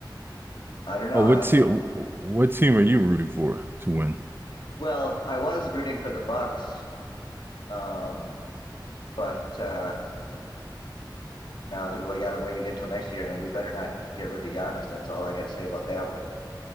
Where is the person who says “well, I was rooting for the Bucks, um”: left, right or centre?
Left